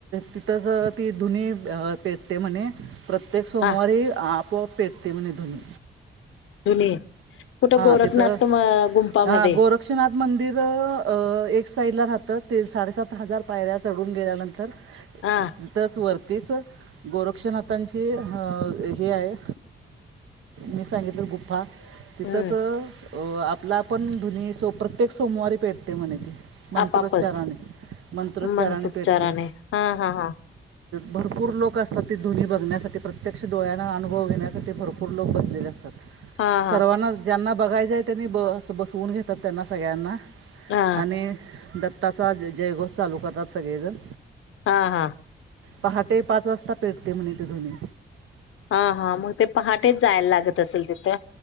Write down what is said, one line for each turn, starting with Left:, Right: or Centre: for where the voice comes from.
Right: तिथंच ती धुनी पिळते म्हणे. प्रत्येक सोमवारी
Left: हा
Right: आपोआप पेटते म्हणे धुणि.
Left: धुणे कुठं गोरखनाथ
Right: तिथं
Left: गुंपामध्ये
Right: हां गोरक्षनाथ मंदिर अ एक साइड ला राहतं ते साडेसात हजार पायऱ चढून गेल्यानंतर.
Left: हा
Right: तिथेच वर. तीच गोरक्षनाथांची हे आहे मी सांगितलं गुफ्फा. तिथंच
Left: हम्म
Right: आपला पण धुनी प्रत्येक सोमवारी पेटते म्हणे त. मंत्रोच्चाराने
Left: आपापच
Right: मंत्रोच्चाराने
Left: मनसुपचाराने
Right: पेटते.
Left: हा हा हा
Right: भरपूर लोक असतात ती धुनी बघण्यासाठी प्रत्यक्ष डोळ्यांना अनुभव घण्या ते भरपूर लोक बसलेले असतात
Left: हा हा
Right: सर्वांना ज्यांना बघायचं आहे त्यांनी असं बसवून घेतात. त्यांना सगळ्यांना
Left: हा
Right: आणि दत्ताचा जयघोष चालू करतात सगळेजण.
Left: हा हा.
Right: पहाटे पाच वाजता पेटते म्हणे ते धुनि.
Left: हा हा मग ते पहाटेच जायला लागत असेल तिथं.